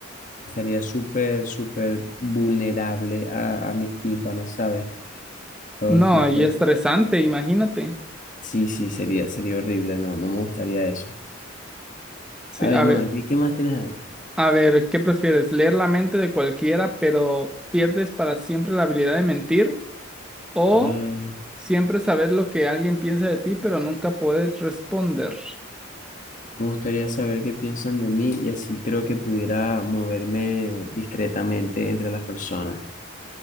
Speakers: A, on the left (about 40°); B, in the centre.
A: Estaría súper, súper vulnerable a, a mis tímpanos, ¿sabes? Todo,
B: No,
A: no, todo-
B: y estresante, imagínate.
A: Sí, sí, sería, sería horrible, no, no me gustaría eso.
B: Sí,
A: A ver,
B: a ver,
A: man, ¿qué, qué más tienes ahí?
B: a ver, ¿qué prefieres? ¿Leer la mente de cualquiera, pero pierdes para siempre la habilidad de mentir? ¿O
A: Wow.
B: siempre saber lo que alguien piensa de ti, pero nunca puedes responder?
A: Me gustaría saber qué piensan de mí y así creo que pudiera moverme discretamente entre las personas.